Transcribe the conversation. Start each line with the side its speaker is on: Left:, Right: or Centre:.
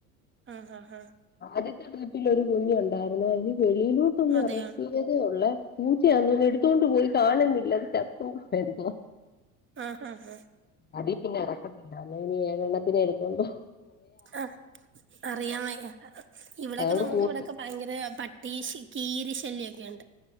Right: ആഹ് ഹഹ
Left: ആദ്യത്തെ ട്രിപ്പിൽ ഒരു കുഞ്ഞുണ്ടായിരുന്നു അത് വെളിയിലോട്ടൊന്ന്
Right: അതെയോ
Left: ഇറക്കി യതേ ഒള്ളെ പൂച്ചയങ്ങനെ എടുത്തോണ്ട് പോയി കാണുന്നില്ലത് ചത്തോ എന്തോ
Right: ആഹ ഹഹ
Left: അതീ പിന്നെ ഇറക്കത്തില്ല അല്ലേൽ ഇനി ഏഴെണ്ണത്തിനെ എടുത്തോണ്ടോ
Right: ആ അറിയാൻ വയ്യ ഇവിടൊക്കെ
Left: അതുകൊണ്ട്
Right: നമുക്ക്
Left: കൂട്ടി
Right: ഇവിടൊക്കെ ഭയങ്കര പട്ടി കീരി ശല്യൊക്കെണ്ട്.